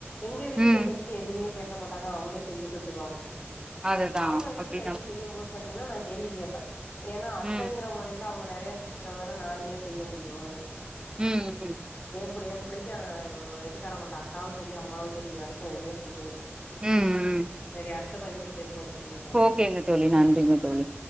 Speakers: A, on the left (about 30°); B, on the right (about 15°).
A: எங்க வீட்டு
B: ம்
A: செய்றதுக்கு எதுமே கேட்க மாட்டாங்க அவங்களே செஞ்சுட்டு வந்துருவாங்க
B: அதுதா
A: அவங்க வீட்டு
B: அப்டிதா
A: சைடு செய்யும்போது பாத்தீங்கனா நா கேள்வி கேப்ப ஏன்னா அத்தங்கிற
B: ம்
A: மொறையில அவங்க நெறைய செஞ்சிருந்தாதான நானுமே செய்ய முடியு
B: ம் ம்
A: கூட ஏ புள்ளைக்கு ஆ எங்க வீட்டுக்காரவங்களோட அக்காவு செரி அம்மாவு செரி இதுவரைக்கு எதுமே செஞ்சதில்ல
B: ம் ம்
A: செரி அடுத்த பதிவுல பேசுவோ தோழி
B: ஓகேங்க தோழி நன்றிங்க தோழி